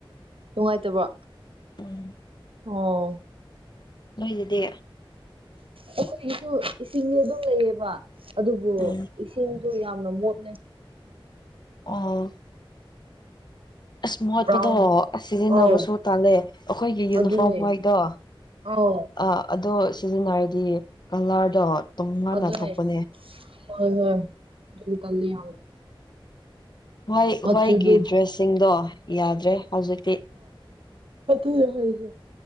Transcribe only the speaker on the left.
ꯎꯝ
ꯃꯣꯏꯗꯤꯗꯤ
ꯎꯝ
ꯑꯣ ꯑꯁ ꯃꯣꯠꯄꯗꯣ
ꯑꯁ ꯁꯤꯖꯤꯟꯅꯕꯁꯨ
ꯇꯜꯂꯦ ꯑꯈꯣꯏꯒꯤ ꯌꯨꯅꯤꯐꯣꯔꯝ
ꯍꯥꯏꯗꯣ
ꯑ ꯑꯗꯣ ꯁꯤꯖꯤꯟꯅꯔꯗꯤ ꯀꯂꯔꯗꯣ ꯇꯣꯉꯥꯟꯅ
ꯊꯣꯛꯄꯅꯦ
ꯍꯣꯏ
ꯍꯣꯏꯒꯤ ꯗ꯭ꯔꯦꯁꯁꯤꯡꯗꯣ ꯌꯥꯗ꯭ꯔꯦ ꯍꯧꯖꯤꯛꯇꯤ